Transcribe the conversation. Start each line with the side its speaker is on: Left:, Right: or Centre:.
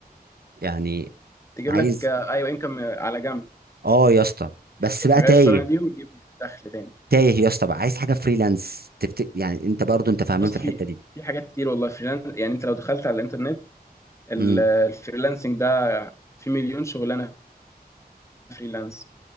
Right: يعني
Left: تجيب
Right: عايز
Left: لك آه، ايوه انكم على جنب
Right: اه يا اسطى بس
Left: يعني تبقى
Right: بقى
Left: شغال
Right: تايه
Left: الشغلانه دي وتجيب دخل تاني
Right: تايه يا اسطى بقى عايز حاجه فريلانس تفت... يعني انت برضو انت فاهمان
Left: بص
Right: في الحته
Left: في
Right: دي
Left: في حاجات كتير والله فريلانس يعني انت لو دخلت على الانترنت ال-
Right: إمم.
Left: الفريلانسنج ده في مليون شغلانه فريلانس